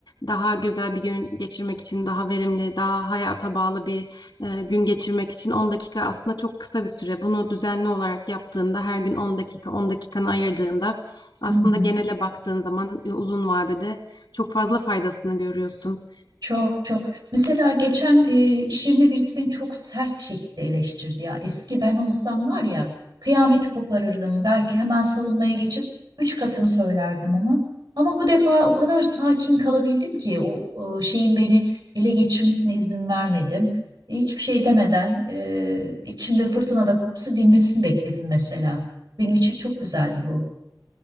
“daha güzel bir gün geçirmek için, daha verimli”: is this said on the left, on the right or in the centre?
Left